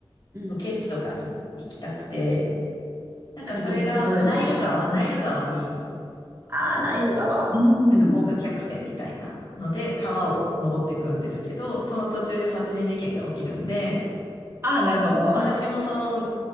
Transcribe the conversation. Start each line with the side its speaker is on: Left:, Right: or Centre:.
Right: うん。
Left: ロケ地とかに行きたくて、なんかそれがナイル川、
Right: それと、例えばうん。
Left: ナイル川に
Right: ああ、ナイル川。うん。
Left: なんか豪華客船みたいなので川を登っていくんですけど、その途中で殺人事件が起きるんで、
Right: ああ、なるほど。
Left: 私もその、